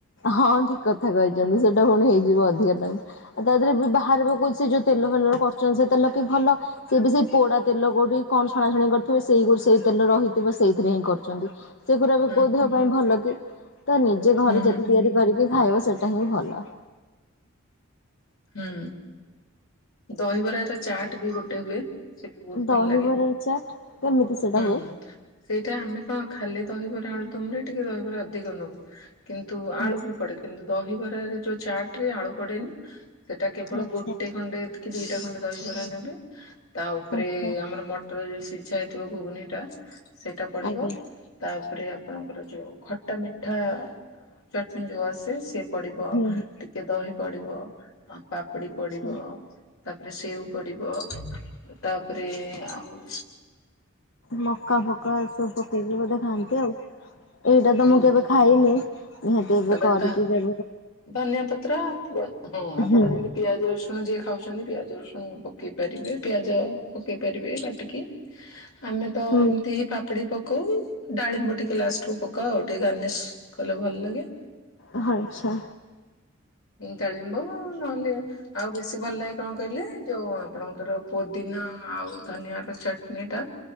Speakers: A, on the left; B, on the left.
A: ହଁ ଠିକ କଥା କହିଛନ୍ତି ସେଟା ପୁଣି ହେଇଯିବ ଅଧିକା ଟାଇମ ଆଉ ତା ଦେହରେ ବି ବାହାରିବା କହୁ ତେଲ ଫେଲ କରୁଛନ୍ତି ସେ ତେଲ କି ଭଲ ସେ ବି ସେଇ ପୋଡା ତେଲ କୋଉଠି କଣ ଶଣାସୁଣି କରିଥିବ ସେଇ ସେଇ ତେଲ ରହିଥିବ ସେଇଥିରେ ହିଁ କରୁଛନ୍ତି। ସେଗଡ଼ା ବି
B: ହୁଁ
A: କୋଉ ଦେବା
B: ହୁଁ
A: ପାଇଁ ଭଲ କି ତ ନିଜେ ଘରେ
B: ହୁଁ
A: ଯେତେ ତିଆରି କରିକି ଖାଇବ ସେଇଟା ହିଁ ଭଲ।
B: ହୁଁ। ଦହିବରା ର ଚାଟ୍ ବି ଗୋଟେ ହୁଏ। ସେ ବି ବହୁତ
A: ଦହିବରାର
B: ଭଲ ଲାଗେ
A: ଚାଟ୍ କେମିତି ସେଟା
B: ହୁଁ।
A: ହୁଏ?
B: ସେଇଟା ଆମେ କଣ ଖାଲି ଦହିବରା ଆଳୁ ଦମରେ ଟିକେ ଦହିବରା ଅଧିକ ନଉ କିନ୍ତୁ ଆଳୁ
A: ଆଚ୍ଛା
B: ବି ପଡେ କିନ୍ତୁ ଦହିବରାରେ ଯୋଉ ଚାଟ ରେ ଆଳୁ ପଡେନି ସେଟା କେବଳ
A: ଆଚ୍ଛା
B: ଗୋଟେ ଖଣ୍ଡେ କି ଦିଟା ଖଣ୍ଡେ ଦହକରା ନେବେ ତା ଉପରେ
A: ଆଚ୍ଛା
B: ଆମର ମ ଟର ରେ ସିଝା ହେଇଥିବ ଘୁଗୁନି ଟା ସେଇଟା ପଡିବ।
A: ଆଜ୍ଞା
B: ତାପରେ ଆପଣଙ୍କର ଯୋଉ ଖଟା ମିଠା ଚଟଣି ଯୋଉ ଆସେ ସେ ପଡିବ
A: ହୁଁ ହୁଁ
B: ଟିକେ ଦହି ପଡିବ ଆ ପାପୁଡି
A: ଆଚ୍ଛା।
B: ପଡିବ ତାପରେ ସେଓ ପଡିବ ତାପରେ ଆଉ
A: ମକା ଫକା ଏ ସବୁ ପକେଇକି ବୋଧେ ଖାଆନ୍ତି ଆଉ। ଏଇଟା
B: ହୁଁ
A: ତ ମୁଁ କେବେ ଖାଇନି ନିହାତି ଏବେ
B: ତାପରେ
A: କରିକି
B: ଧ
A: ଯବେ
B: ଧନିଆ ପତ୍ର ଆପଣ ହ ଆପଣ
A: ହୁଁ
B: ଯେମିତି ପିଆଜ ରସୁ ଣ ଯିଏ ଖାଉଚନ୍ତି ପିଆଜ ରସୁଣ ପକେଇ ପାରିବେ ପିଆଜ ପକେଇ ପାରିବେ କାଟିକି। ଆମେ ତ
A: ହୁଁ
B: ଏମତି ହିଁ ପାପ ପାପୁଡି ପକାଉ ଡାଳିମ୍ବ ଟିକେ ଲାଷ୍ଟକୁ ପକା ଆଉ ଟିକେ ଗାର୍ନିସ୍ କଲେ ଭଲ ଲାଗେ।
A: ଆଚ୍ଛା।
B: ଟଳିମ୍ବ ନହେଲେ ଆଉ ବେଶୀ ଭଲ ଲାଗେ କଣ କହିଲେ ଯୋଉ ଆପଣଙ୍କର ପୋଦିନା ଆଉ ଧନିଆ ର ଚଟଣିୀ ଟା